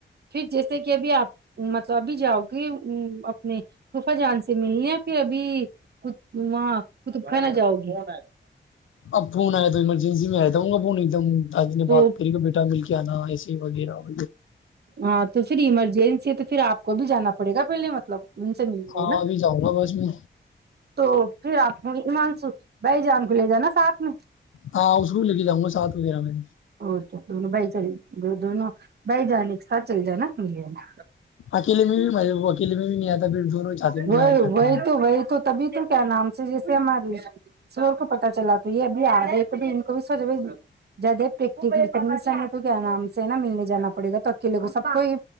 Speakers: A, on the right; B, on the left.
A: پھر جیسے کہ ابھی آپ مطلب سبھی جاؤ گے ا اپنے خفا جان سے ملنے پھر ابھی وہاں قطب خان نہ جاؤ گے
B: اب فون آیا تو ایمرجنسی میں آیاتا ہوں گا ب نہیں د دادی نے
A: تو
B: بات کری کہ بیٹا مل کے آنا ایسے ہی وغیرہ و
A: ہاں تو پھر ایمرجنسی ہے تو پھر آ کو بھی جانا پڑے گا پہلے مطلب ان سے ملنے
B: ہاں
A: نا
B: ابھی جاؤں گا بس میں
A: تو پھر آپ کو ایمان س بھائی جان کو لے جانا ساتھ میں
B: ہاں اس کو بھی لے کے جؤں گا سات وغیرہ میں
A: اور کیا دونوں بھائی چل دونوں بھائی جان ایک ساتھ چل جانا مل جانا
B: اکیلے میں بھی م اکیل میں بھی نہیں آتا ھر میں چاہی ہوں
A: وہی
B: تو ج جاہتی
A: وہی تو وہی تو تبھی تو کیا نام سے جیسے ہمار شور کو پتا چلا تو یہ ابھی آ رہے ہے ک ان کو بھی سوچ بھ زیادہ ہییکٹل تو کیا نام سے ہے نا ملنے جانا پڑے گا تو اکیلے کو سب کو ہی